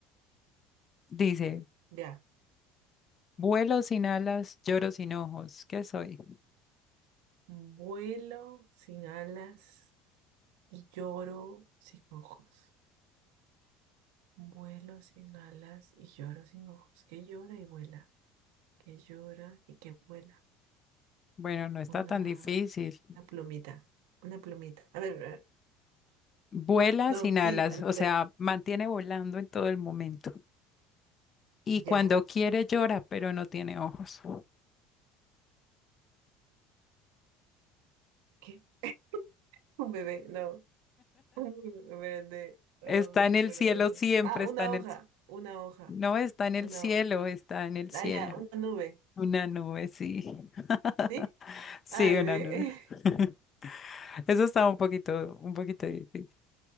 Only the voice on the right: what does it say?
Ya.
Vuelo sin alas y lloro sin ojos. Vuelo sin alas y lloro sin ojos. Que llora y vuela. Que llora y que vuela.
Una,
una plumita. Una plumita. A ver, a ver.
No,
sí,
al
de-
Ya.
¿Qué? <laughs> Un bebé, no. <laughs> Un bebé, espérate,
um,
pero
no tiene.
Ah, una
hoja.
Una hoja.
Una.
Ah, ya, una nube.
¿Sí?
Ay,
ve.